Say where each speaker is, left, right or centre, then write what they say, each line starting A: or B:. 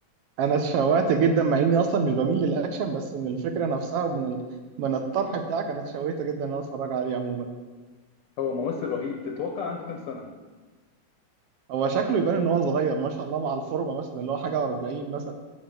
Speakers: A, on the right; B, on the left.
A: انا اتشوقت جدا مع اني اصلا مش بميل للاكشن بس من الفكره نفسها ومن ال... من الطرح بتاعك انا اتشوقت جدا ان انا اتفرج عليه عموما
B: هو ممثل رهيب تتوقع عنده كام سنة
A: هو شكله يبان ان هو صغير ما شاء الله مع الفورمه مثلا اللي هو حاجه 40 مثلا